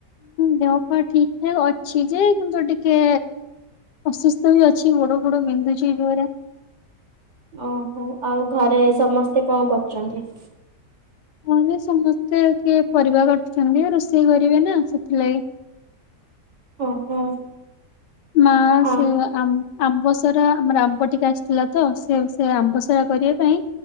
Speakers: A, on the left; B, on the right.
A: ଦେହ-ପା ଠିକ୍ ଠାକ୍ ଅଛି ଯେ, କିନ୍ତୁ ଟିକେ ଅସୁସ୍ଥ ବି ଅଛି। ଗୋଡ-ଫୋଡ ବିନ୍ଧୁଛି ଜୋରେ।
B: ଓହୋ, ଆଉ ଘରେ ସମସ୍ତେ କଣ କରୁଛନ୍ତି?
A: ଘରେ ସମସ୍ତେ କିଏ ପରିବା କାଟୁଛନ୍ତି, ରୋଷେଇ କରିବେ ନା, ସେଥିଲାଗି।
B: ଓହୋ।
A: ମା
B: ଅ
A: ସେ ଆ ଆମ୍ବସରା ଆମର ଆମ୍ବ ଟିକେ ଆସିଥିଲା ତ ସେ ସେ ଆମ୍ବସରା କରିବା ପାଇଁ